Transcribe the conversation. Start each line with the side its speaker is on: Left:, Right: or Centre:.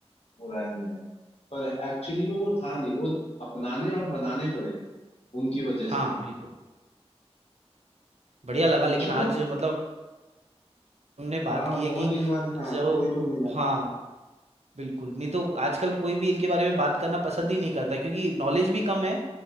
Left: बुराई है पर एक्चुअली में वो था नहीं वो अपनाने और बनाने पड़े उनकी वजह
Right: हाँ
Left: से
Right: बिल्कुल बढ़िया लगा लेकिन
Left: चलो
Right: आज मतलब हमने बात
Left: हाँ
Right: की
Left: बहुत
Right: है कि
Left: दिन बाद हाँ
Right: जो
Left: कोई तो मिला
Right: हाँ बिल्कुल नहीं तो आजकल कोई भी इनके बारे में बात करना पसंद ही नहीं करता क्योंकि नॉलेज भी कम है